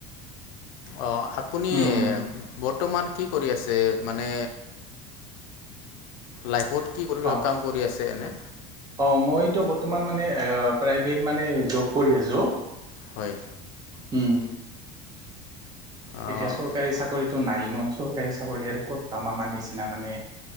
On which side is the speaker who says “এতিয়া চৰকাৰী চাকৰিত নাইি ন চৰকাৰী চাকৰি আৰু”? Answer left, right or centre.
Right